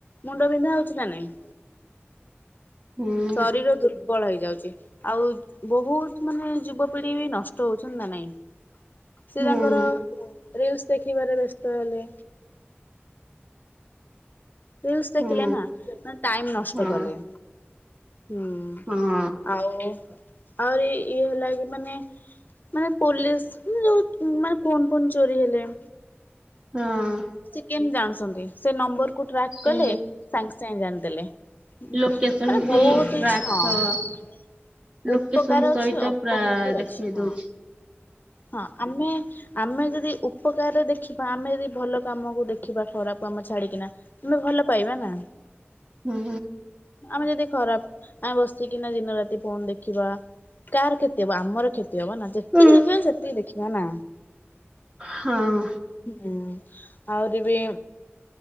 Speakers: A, on the left; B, on the right.
A: ମୁଣ୍ଡ ବିନ୍ଧା ହଉଛି ନା ନାଇଁ?
B: ହୁଁ
A: ଶରୀର ଦୁର୍ବ ଦୁର୍ବଳ ହେଇଯାଉଛି ଆଉ ବହୁତ ମାନେ ଯୁବପିଢି ବି ନଷ୍ଟ ହଉଛନ୍ତି ନା ନାଇଁ ସେ
B: ହୁଁ
A: ତାଙ୍କର ରିସ ଦେଖିବାରେ ବ୍ୟସ୍ତ ହେଲେ ରିଲ୍ସ ଦେଖିଲେ
B: ହୁଁ
A: ନା ମେ ଟାଇମ ନଷ୍ଟ
B: ହଁ
A: କଲେ, ହୁଁ
B: ହଁ
A: ଆଉ। ଆହୁରି ଇଏ ହେଲା କି ମାନେ ମାନେ ପୋଲିସ ମାନ ଯୋଉ ମାନେ ଫୋନ ଫୁନ୍ ଚୋରି ହେଲେ,
B: ହଁ।
A: ସେ କେମିତି ଜାଣୁଛନ୍ତି ସେ ନମ୍ବର ଟ୍ରାକ୍ କଲେ
B: ଏ
A: ସାଙ୍ଗ ସେ ଜାଣିଥିଲେ। ମ
B: ଲୋକେସନ ବି
A: ବହୁତ
B: ଟ୍ରାକ୍
A: ଇଛା
B: ସହ
A: ହଁ
B: ଲୋକେସନ
A: ଉପକାର
B: ସହିତ
A: ଅଛି ଅପକାର
B: ପୁରା
A: ବି
B: ଦେଖେଇ
A: ଅଛି
B: ଦଉଛି।
A: ହଁ। ହଁ ଆମେ। ଆମେ ଯଦି ଉପକାରରେ ଦେଖିବା ଆମେ ଯଦି ଭଲ କାମକୁ ଦେଖିବା ଖରାକୁ ଆମେ ଛାଡିକିନା ତମେ ଭଲ ପାଇବା ନା।
B: ହୁଁ।
A: ଆମେ ଯଦି ଖରାପ ଆମେ ବସିକିନା ଦିନ ରାତି ଫୋନ୍‌ ଦେଖିବା କାହାର କ୍ଷତି ହେବ ଆମର କ୍ଷତି ହବ ନା ଯେତିକି
B: ହୁଁ
A: ଦେଖିବା ଦେଖିବା ନା।
B: ହଁ।
A: ହୁଁ ଆହୁରି ବି